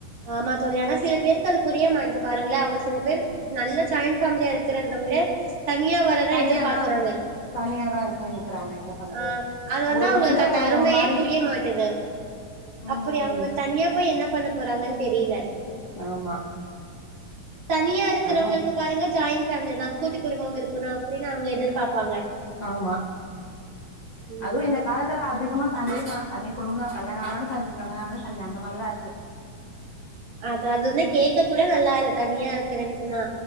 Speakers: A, on the right; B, on the left.
A: ஆமா தோழி ஆனா சில பேருக்கு அது புரிய மாட்டே பாருங்களே அவங்க சில பேரு நல்ல ஜாயிண்ட்டு பேஃமிலியா இருக்கிறத விட தனியா வரதா
B: தனியாதா
A: எதிர்பாக்குறாங்க
B: தனியாதா இருக்குன்னு நெனைக்கிறாங்க என்ன பண்றது
A: ஆ அது வந்து
B: ஒரு
A: அவங்களுக்கு
B: ஒரு சிலர்
A: அந்த
B: ஒரு
A: அருமையே
B: ஒரு மாரி
A: புரிய மாட்டுது
B: ம்
A: அப்படி அவங்க தனியா போய் என்ன பண் ண போறாங்கன்னு தெரியில
B: ஆமா
A: தனியா இருக்கிறவங்களுக்கு
B: அதுவு
A: பாருங்க ஜாயின் ஃபேமிலினா கூட்டு குடும்பம் இருக்கணு அப்டின்னு அவங்க எதிர்பார்ப்பாங்க
B: ஆமா
A: ம்
B: அதுவு இந்த காலத்துல அதிகமா தனி தா தனி குடும்பம்னா கல்யாண அணவுனே <unintelligible> அந்த மாரி தா இருக்கு
A: அது அதுனா கேக் கூட நல்லா இல்ல தனியா இருக்கிறே சொன்னா